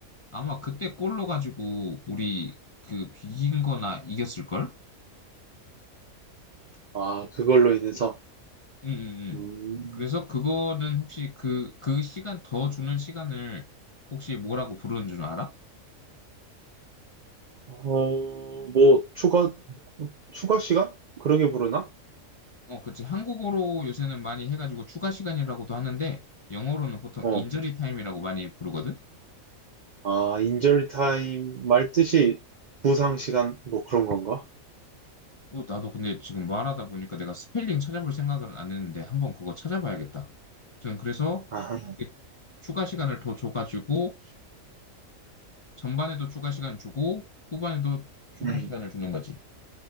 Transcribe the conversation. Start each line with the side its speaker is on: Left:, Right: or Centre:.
Left: 아마 그때 골로 가지고 우리 그 비긴 거나 이겼을걸?
Right: 아, 그걸로 인해서
Left: 응, 응,
Right: 음.
Left: 응. 그래서 그거는 혹시 그, 그 시간 더 주는 시간을 혹시 뭐라고 부르는 줄 알아?
Right: 어, 뭐 추가 추가 시간? 그러게 부르나?
Left: 어, 그치. 한국어로 요새는 많이 해가지고 추가 시간이라고도 하는데 영어로는 보통
Right: 어.
Left: 인저리 타임이라고 많이 부르거든?
Right: 아, 인절 타임 말 뜻이 부상 시간 뭐 그런 건가?
Left: 어, 나도 근데 지금 말하다 보니까 내가 스펠링 찾아볼 생각은 안 했는데 한번 그거 찾아봐야겠다. 아무튼 그래서
Right: 아
Left: 그렇게 추가 시간을 더 줘가지고 전반에도 추가 시간 주고 후반에도 추가
Right: 음.
Left: 시간을 주는 거지.